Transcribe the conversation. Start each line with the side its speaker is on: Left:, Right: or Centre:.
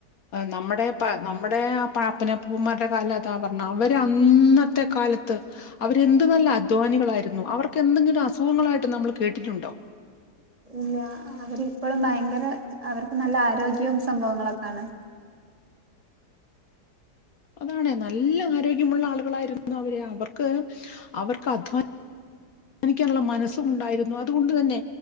Left: നമ്മുടെ നമ്മുടെ പാപ്പ നപ്പൂപ്പന്മാരുടെ കാലം അതാ പറഞ്ഞ അവര് അന്നത്തെ കാല ത്ത് അവരെന്ത് നല്ല അധ്വാനികളായിരുന്നു അവർക്ക് എന്തെങ്കിലും അസുഖങ്ങളായിട്ട് നമ്മൾ കേട്ടിട്ടുണ്ടോ?
Right: ഇല്ല അവരിപ്പോഴും ഭയങ്കര അവർക്ക് നല്ല ആരോഗ്യവും സംഭവങ്ങളൊക്കാണ്
Left: അതാണ് നല്ല ആരോഗ്യമുള്ള ആളുകളായിരുന്നു അവര് അവർക്ക് അവർക്ക് അധ്വാന- നിക്കാനുള്ള മനസ്സും ഉണ്ടായിരുന്നു. അതുകൊണ്ട് തന്നെ